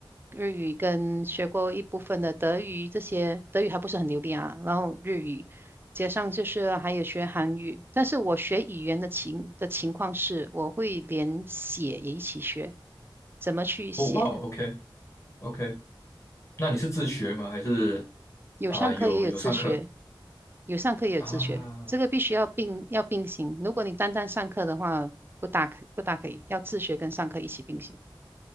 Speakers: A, on the right (about 25°); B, on the left (about 35°).
A: 日语跟学过一部分的德语，这些德语还不是很流利啊。然后日语，加上就是还有学韩语。但是我学语言的情的情况是，我会连写也一起学，怎么去写。
B: 哦哇，OK OK，那你是自学吗？还是
A: 有上课也有自学，
B: 啊、有有上课
A: 有上课也有自学，
B: 啊
A: 这个必须要并要并行。如果你单单上课的话，不大可不大可以，要自学跟上课一起并行。